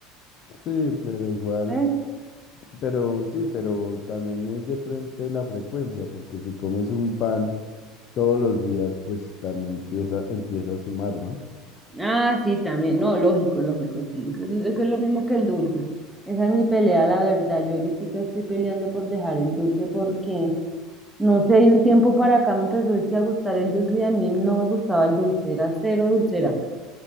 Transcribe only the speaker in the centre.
¿eh?
Ah, sí, también. No, lógico, lógico, sí. Eso, eso es lo mismo que el dulce. Esa es mi pelea, la verdad. Yo ahorita estoy peleando por dejar el dulce porque, no sé, de un tiempo para acá me empezó es que, a gustar el dulce y a mí no me gustaba el dulce, era cero dulcera.